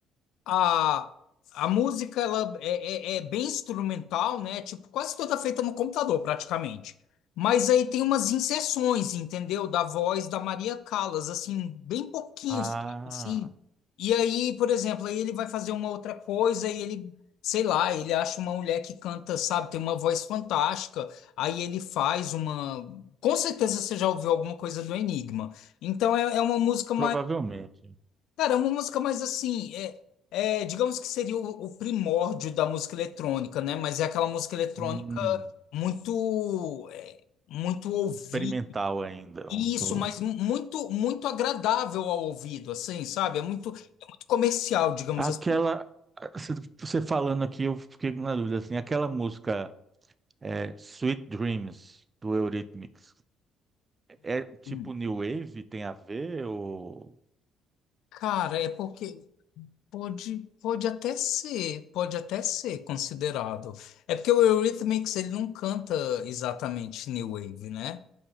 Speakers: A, on the left; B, on the right.
A: a, a música ela é, é- é bem instrumental, né? Tipo, quase toda feita no computador, praticamente. Mas aí tem umas inserções, entendeu? Da voz da Maria Callas, assim, bem pouquinho,
B: ah,
A: sabe? assim. E aí, por exemplo, aí ele vai fazer uma outra coisa e ele, sei lá, ele acha uma mulher que canta, sabe, tem uma voz fantástica. Aí ele faz uma. Com certeza você já ouviu alguma coisa do Enigma. Então é, é uma música
B: provavelmente.
A: Cara, é uma música mais assim, é, é, digamos que seria o, o primórdio da música eletrônica, né? Mas é aquela música eletrônica
B: Hum,
A: muito, é, muito ouvir
B: experimental ainda.
A: isso,
B: Muito.
A: mas mu- muito, muito agradável ao ouvido, assim, sabe? É muito, é muito comercial, digamos
B: Aquela,
A: assim.
B: se- você falando aqui, eu fiquei na dúvida, assim, aquela música é, Sweet Dreams, do Eurythmics, é tipo
A: Uhum.
B: New Wave, tem a ver, ou...
A: Cara, é porque pode, pode até ser, pode até ser considerado. É porque o Eurythmics ele não canta exatamente New Wave, né?